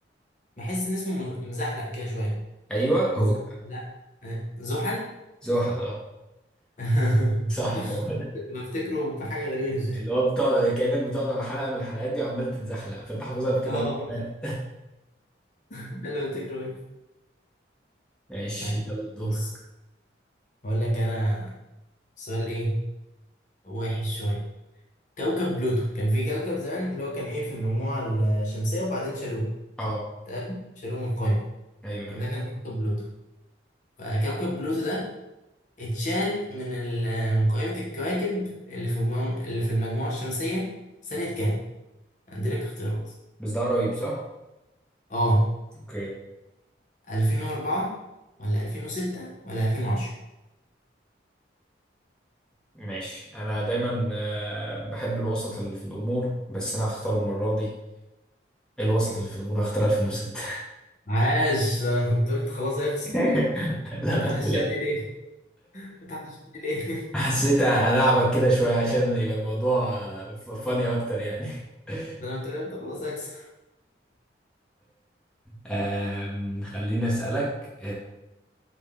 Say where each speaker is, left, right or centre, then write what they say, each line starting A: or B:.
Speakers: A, on the left; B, in the centre.
A: بحس ان اسمه مزحلق كده شوية
B: أيوه
A: مزحلق
B: هو
A: آه، زحل
B: زحل أه
A: <laughs>
B: صح هو
A: بفتكره بحاجة غريبة
B: اللي هو بتقعد كأنك بتقعد على حلقة من الحلقات دي وعمال تتزحلق فانت حافظها
A: <laughs>
B: بكده
A: اه
B: وأنت- لا.
A: ده اللي بفتكره ايه
B: ماشي
A: طيب
B: يلا دور
A: بص هقول لك انا سؤال ايه وحش شوية كوكب بلوتو كان في كوكب زمان اللي هو كان ايه في المجموعة الشمسية وبعدين شالوه
B: اه
A: تمام شالوه من القايمة
B: ايوه انا
A: ده
B: عارف
A: كان كوكب بلوتو فكوكب بلوتو ده اتشال من ال- من قائمة الكواكب اللي في المجموعة اللي في المجموعة الشمسية سنة كام؟ هديلك اختيارات
B: بس ده قريب صح؟
A: اه
B: اوكي
A: 2004 ولا 2006 ولا 2010
B: ماشي انا دايما آه، بحب الوسط اللي في الامور بس انا هختار المرة دي الوسط اللي في الامور هختار 2006
A: عاش ده انا كنت قلت خلاص هيخسر
B: <laughs> لا
A: فتح
B: ما تقلقش
A: الشمل ليه فتح الشمل ليه
B: حسيت
A: <laughs>
B: ألعبك كده شوية عشان يبقى الموضوع فاني أكتر يعني <laughs>
A: ده انا افتكرت خلاص هكسب
B: أم، خليني أسألك